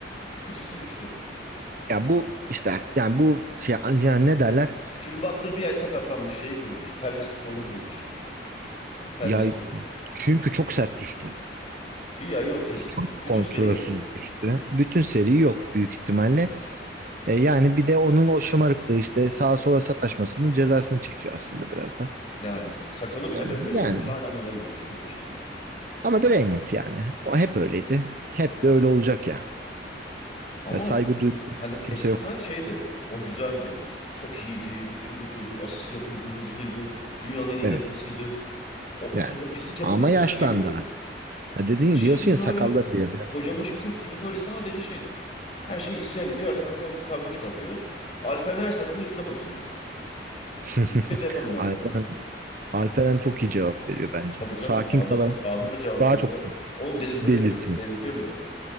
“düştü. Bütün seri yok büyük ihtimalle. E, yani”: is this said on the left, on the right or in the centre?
Right